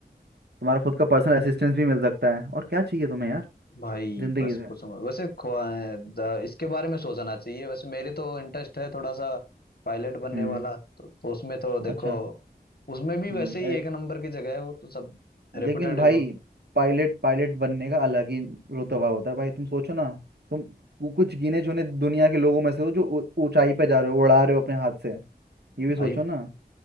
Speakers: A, on the right; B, on the left.
A: तुम्हारा खुद का पर्सनल असिस्टेंस भी मिल सकता है और क्या चाहिए तुम्हें यार
B: भाई
A: जिंदगी
B: बस
A: से
B: पूछो मत। वैसे ख्वा- द- इसके बारे में सोचना चाहिए वैसे मेरे तो इंटरेस्ट है थोड़ा सा पायलट बनने
A: हम्म
B: वाला तो, तो उसमें तो देखो
A: अच्छा
B: उसमें भी वैसे
A: हम्म
B: ही एक नंबर की जगह है वो तो सब रेपुटेड
A: लेकिन भाई पायलट पायलट बनने का अलग ही रुतबा होता है भाई तुम सोचो ना तुम कु- कुछ गिने चुने दुनिया के लोगों में से हो जो ऊ- ऊंचाई पे जा रहे हो उड़ा रहे हो अपने हाथ से ये भी सोचो
B: भाई
A: ना